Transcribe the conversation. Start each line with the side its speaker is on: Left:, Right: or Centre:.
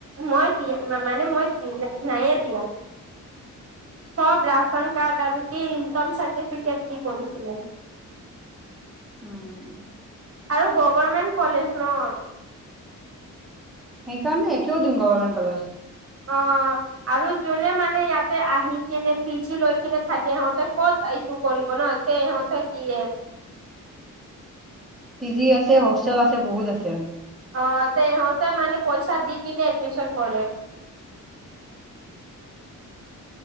Right: মই দিয়া মানে মই নাইয়ে দিয়া। চব ৰাচন কাৰ্ড আৰু কি, ইনকম চাৰ্টিফিকেট দি কৰিছিলে।
Centre: উম!
Right: আৰু গভাৰমেণ্ট কলেজ ন?
Centre: সেইকাৰণে কিয় দিম গভাৰৰ্মেন্ত কলেজ।
Right: অ আৰু যোনে মানে ইয়াতে আহি কিনে পিজি লৈ কিনে থাকে সিহঁতে ক'ত টো কৰিব ন, তে সিহঁতে দিয়ে।
Centre: পি জি আছে, হোষ্টেল আছে, বহুত আছে।
Right: অ তেহঁতে মানে পইচা দি কিনে এডমিচন কৰে।